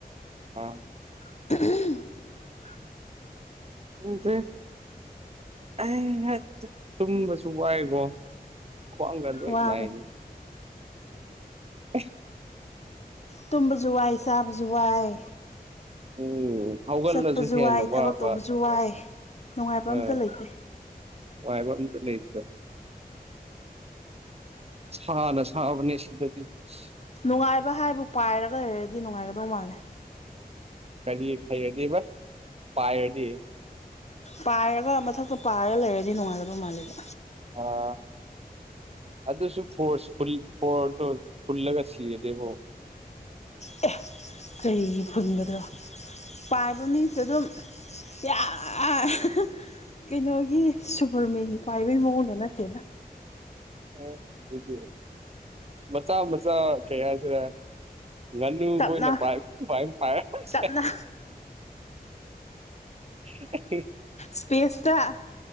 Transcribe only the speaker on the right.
ꯑꯥ
ꯎꯗ꯭ꯔꯦ <unintelligible> ꯇꯨꯝꯕꯁꯨ ꯋꯥꯏꯒꯣ ꯈ꯭ꯋꯥꯡꯒ ꯂꯣꯏꯟ
ꯅꯥꯏ <unintelligible>
ꯎꯝ ꯍꯧꯒꯠꯂꯁꯨ
ꯍꯦꯟꯅ
ꯋꯥꯕ
ꯑꯥ
ꯅꯨꯉꯥꯢꯕ ꯑꯝꯇ ꯂꯩꯇꯦ ꯁꯅ ꯁꯥꯕꯅꯦ ꯁꯤꯗꯗꯤ <unintelligible>
ꯀꯔꯤ ꯍꯩꯔꯗꯤꯕ ꯄꯥꯏꯔꯗꯤ
ꯑꯥ ꯑꯗꯨꯁꯨ ꯐꯣꯔꯁ <unintelligible> ꯐꯣꯔꯗꯣ ꯐꯨꯜꯂꯒ ꯁꯤꯔꯗꯤꯕꯣ
<unintelligible> ꯑꯗꯨꯗꯤ ꯃꯆꯥ ꯃꯆꯥ ꯀꯩ ꯍꯥꯏꯁꯤꯔꯥ ꯉꯥꯅꯨꯈꯣꯏꯅ
ꯄꯥꯏ <unintelligible>
<unintelligible>